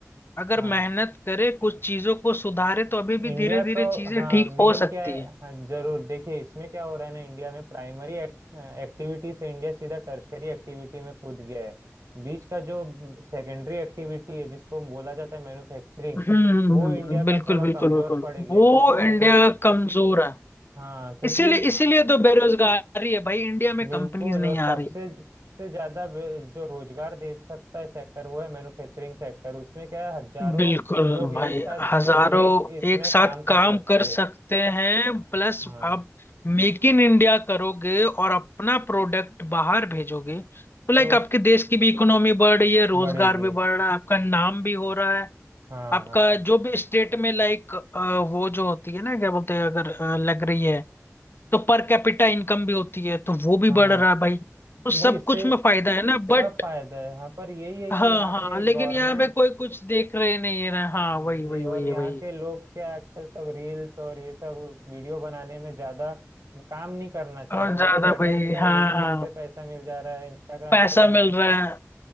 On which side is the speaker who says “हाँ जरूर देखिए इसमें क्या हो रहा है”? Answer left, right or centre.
Right